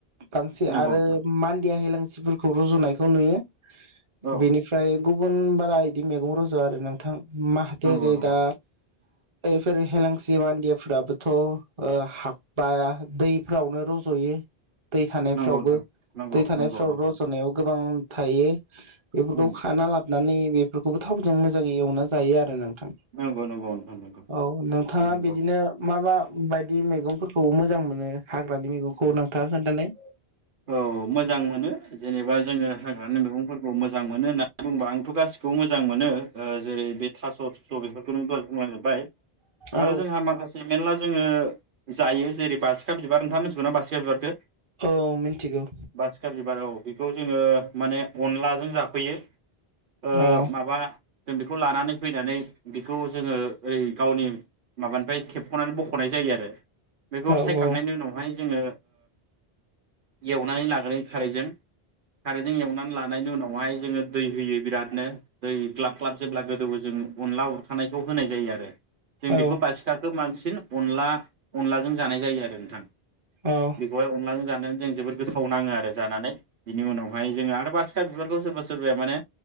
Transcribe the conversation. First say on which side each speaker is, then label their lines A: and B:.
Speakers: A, on the right (about 35°); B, on the right (about 55°).
A: बांसि
B: नंगौ
A: आरो
B: नोंथां
A: मान्दिया हैलांस नसिफोरखौ रुजुनायखौ नुयो।
B: औ
A: बेनिफ्राय गुबुन बारा बिदि मैगं रज' आरो नोंथां। माहाथे
B: नंगौ
A: गै
B: नंगौ
A: दा फोर हेलांसि मानदियाफ्राबोथ' ओ हाब बा दैफोरावनो रज'यो। दै थानायफ्रावबो
B: नंगौ नोंथां नंगौ
A: दै थानायफ्राव
B: नंगौ नंगौ
A: रज'नायाव
B: नोंथां
A: गोबां थायो। बेफोरखौ
B: उम
A: खाना लाबानै बेफोरखौबो थावजों मोजाङै एवना जायो आरो नों। थां
B: नंगौ नंगौ नोंथां नंगौ
A: औ नोंथाङा
B: नंगौ
A: बिदिनो माबा। बायदि मैगंफोरखौ मोजां मोनो हाग्रानि मैगंखौ नोंथाङ खोनथालाय
B: औ मोजां मोनो जेनेबा जोङो। हाग्रानि मैगंफोरखौ मोजां मोनो होननानै बुंबा आंथ' गासिखौबो मोजां मोनो। ओ जेरै बे थास' थुस' बेफोरखौ नों दहाय बुंलजोबबाय
A: औ
B: आरो जोंहा माखासे। मेरला जोङो जायो जेरै बासिखा बिबार नोंथाङा मोनथिगौ ना बासिखा बिबारखौ।
A: औ मिथिगौ।
B: बासिखा बिबार औ बेखौ जोङो माने अनलाजों जाफैयो। ओ
A: औ
B: माबा जों बेखौ लानानै फैनानै बेखौ जोङो ओइ गावनि माबानिफ्राय खेबख'नानै बख'नाय जायो आरो। बेखौ
A: औ
B: सायखांनायनि
A: औ
B: उनावहाय जोङो एवनानै लाग्रो खारैजों खारैजों एवनानै लानायनि उनावहाय जोङो दै होयो बिरादनो दै ग्लाब ग्लाब जेब्ला गोदोबो जों अनला उरखानायखौ होनाय जायो आरो। जों
A: औ
B: बेखौ बासिखाखो मांसिन। बांसिन अनला अनलाजों जानाय जायो आरो नोंथां।
A: औ
B: बेखौहाय अनला जानो। जों जोबोर गोथाव नाङो आरो जानानै बिनि उनावहाय जोङो आरो बासिखा बिबारखौ सोरबा सोरबाया माने